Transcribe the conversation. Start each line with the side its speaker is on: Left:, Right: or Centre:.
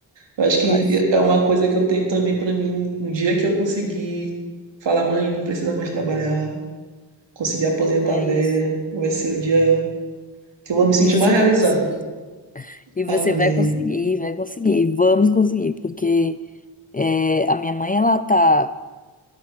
Right: Eu acho que
Left: quase.
Right: é uma coisa que eu tenho também pra mim. Um dia que eu conseguir falar, mãe, não precisa mais trabalhar, conseguir aposentar
Left: Mas.
Right: a velha, vai ser o dia que eu vou me sentir
Left: E você
Right: mais realizado.
Left: vai conseguir. E você
Right: Amém.
Left: vai conseguir, vai conseguir. Vamos conseguir, porque é, a minha mãe, ela tá,